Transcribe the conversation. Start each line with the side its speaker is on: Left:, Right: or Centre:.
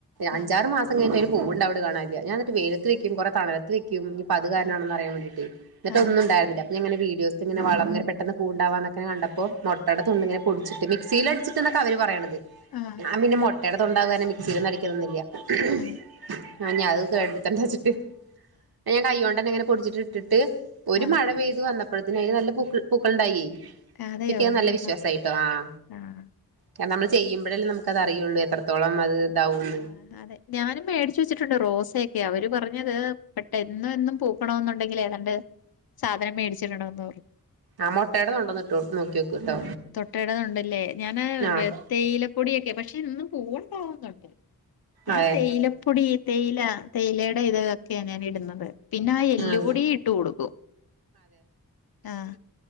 Right: അഞ്ചാറ്
Left: ആഹ്
Right: മാസം കഴിഞ്ഞു വരും. പൂവുണ്ട് അവിടെ കാണാനില്ല. <unintelligible> വേയിലത്ത് വെക്കും കുറെ തണുലത്ത് വക്കും. ക്കും അത് കാരണമാണോ
Left: ആഹ്
Right: അറിയാൻ വേണ്ടീട്ട് എന്നിട്ട്
Left: ആഹ്
Right: ഒന്നും ഉണ്ടായിരുന്നില്ല. പിന്നീങ്ങനെ വീഡിയോസ് ഇങ്ങനെ വളർന്ന പെട്ടെന്നു പൂയുണ്ടുവാ എന്നൊക്കെ കണ്ടപ്പോൾ. മൊട്ടയുടെ തൊണ്ടി ഇങ്ങനെ. വച്ച് മിക്സിൽ അടിച്ചിട്ടാണ് അവര് പറയണത്.
Left: ആഹ്
Right: ഞാൻ പിന്നെ മൊ ഇടത് ഉണ്ടുവാന് മിക്സില് അടിക്കണമൊന്ന് ഇല്ല. <unintelligible>
Left: ആഹ്
Right: <inaudible> തണ്ട് വെച്ചിട്ട് അത് ഞാൻ കൈക്കൊണ്ട് ഇങ്ങനെ. പൊടിച്ചിട്ടു ഇട്ടിട്ട് ഒരു
Left: ആഹ്
Right: മഴ പെയ്തു വന്നപ്പോ അപ്പഴത്തിനായി നല്ല പ പക്കളുണ്ടായി
Left: ആഹ് അതെയോ
Right: അപ്പിക്ക നല്ല
Left: ആഹ്
Right: വിശ്വാസായിട്ടോ ആഹ
Left: ആഹ്
Right: കാരണം നമ്മ ചെയുമ്പഴേ നമുക്ക അറിയുള്ള എത്രത്തോളം അത് ഇതാവുള്ളു
Left: ആഹ് അതെ ഞാനും മേടിച്ചച്ച് വെച്ചിട്ടുണ്ട് റോസയൊക്കെ അവര് പറഞ്ഞത് പെട്ടന്ന് പൂക്കണം എന്നുണ്ടെങ്കിൽ ഏതാണ്ട് സാധനം മേടിച്ചിട്ടുണ്ടോന്ന് പറഞ്ഞു
Right: ആ മുട്ടേട നിന്ന ഉണ്ടോന്നിട്ടോ നോക്കി നോക്കൂട്ടോ
Left: തൊട്ടയിടന്നുണ്ടല്ലേ ഞാന്
Right: ആഹ്
Left: തേയില പൊടിയൊക്കെ പക്ഷെ നിന്നന്ന് പോ ആ കണ്ടു ഞാൻ
Right: അതെ
Left: തേയിലപ്പൊടി തേയില തേയിലയുടെ ഇത്ക്കെയാ ഞാൻ ഇടുന്നത് പിന്നെ ആ എല്ല്
Right: ആഹ്
Left: കൂടി ഇട്ട് കൊടുക്കും ആഹ